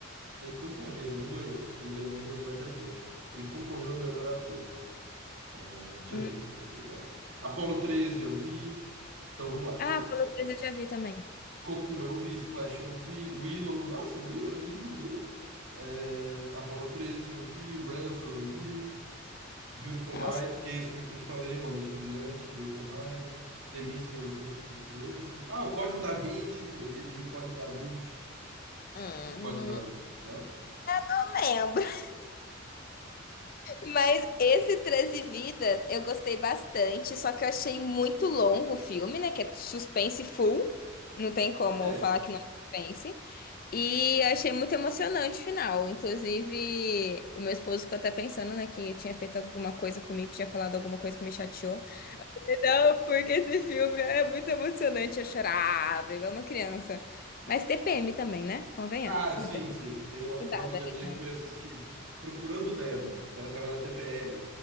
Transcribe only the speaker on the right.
Ele concorreu, não ganhou, porque ele ganhou por Gladiador. Ele concorreu ao melhor ator. Eh, Deixa
eu ver aqui o que ele fez, ó. Apolo 13 eu vi. Então vamos lá. Co
Cocoon eu vi, Splash eu vi, Willow. Nossa, Willow, ele dirigiu Willow. Eh, Apolo 13 eu vi, Ransom eu vi, Beautiful
Mind, que é esse filme que eu te falei, Uma Mente Brilhante, Beautiful Mind, The Missing, eu não sei que filme que é esse. Ah, o Código da Vinci, ele dirigiu o Código da Vinci.
O Código da Vinci. Não?
É.
Ah,
sim,
sim. Tem uma, uma
amiga minha
que foi assistir Procurando Nemo. E ela tava na TPM.